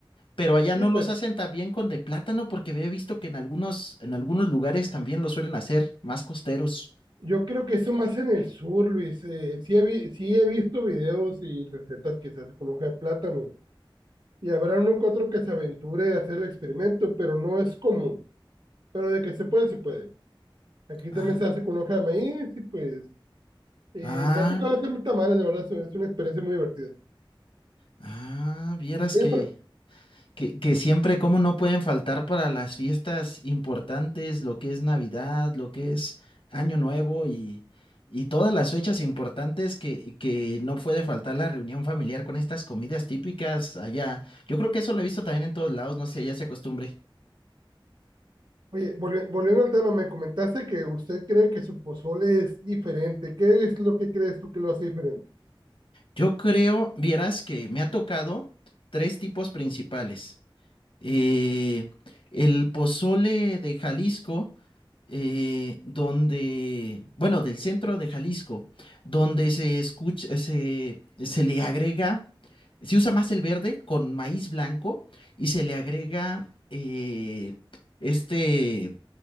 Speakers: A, on the left; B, on the right.
A: pero allá
B: Sí,
A: no
B: pues
A: los hacen también con de plátano porque había visto que en algunos, en algunos lugares también lo suelen hacer, más costeros.
B: yo creo que eso más en el sur, Luis. Eh, sí, he vi- sí he visto videos y recetas que se hacen con hoja de plátano. Y habrá uno que otro que se aventure a hacer el experimento, pero no es común. Pero de que se puede, se puede. Aquí
A: Ah,
B: también se hace con hoja de maíz y pues Eh,
A: ah,
B: me ha tocado hacerme tamales, la verdad, es es una experiencia muy divertida.
A: ah, vieras
B: Oye,
A: que...
B: pero-
A: Que, que siempre, como no pueden faltar para las fiestas importantes, lo que es Navidad, lo que es Año Nuevo y, y todas las fechas importantes que, que no puede faltar la reunión familiar con estas comidas típicas allá. Yo creo que eso lo he visto también en todos lados, no sé, ya se acostumbre.
B: oye, volvi- volviendo al tema, me comentaste que usted cree que su pozole es diferente. ¿Qué es lo que crees tú que lo hace diferente?
A: Yo creo, vieras que me ha tocado tres tipos principales. eh, el pozole de Jalisco, eh, donde, bueno, del centro de Jalisco, donde se escucha, se, se le agrega, se usa más el verde con maíz blanco y se le agrega eh, este